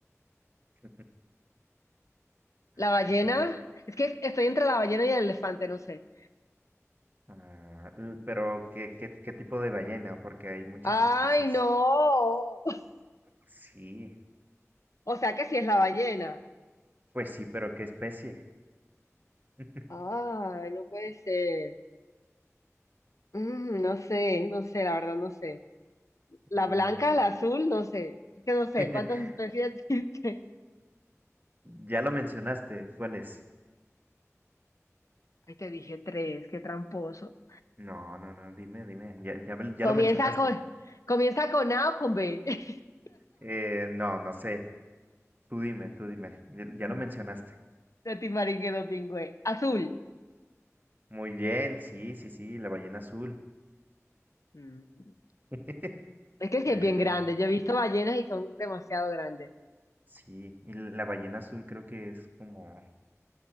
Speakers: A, on the right (about 35°); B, on the left (about 75°).
A: <laughs> ajá,
B: la ballena?
A: ¿no?
B: Es que estoy entre la ballena y el elefante, no sé.
A: Ah, l- pero ¿qué, qué, qué tipo de ballena? Porque hay muchas
B: ¡Ay,
A: especies.
B: no! <laughs>
A: Sí,
B: O sea que sí es la ballena.
A: pues sí, pero ¿qué especie? <laughs>
B: Ay, no puede ser. Mm, no sé, no sé, la verdad no sé. La
A: Mm,
B: blanca, la azul, no sé. Es que no sé
A: <laughs>
B: cuántas especies <laughs> existen.
A: Ya lo mencionaste. ¿Cuál es?
B: Ay, te dije tres, qué tramposo.
A: No, no, no, dime, dime. Ya, ya, me- ya
B: Comienza
A: lo mencionaste.
B: con, comienza con A o con B. <laughs>
A: Eh, no, no sé. Tú dime, tú dime. Ya ya
B: Mm,
A: lo mencionaste.
B: De Timaringuedo Pingüe. Azul.
A: Muy bien, sí, sí, sí, la ballena azul.
B: mm.
A: <laughs>
B: Es que sí
A: Eh,
B: es bien grande. Yo he visto ballenas y son demasiado grandes.
A: sí, y la ballena azul creo que es como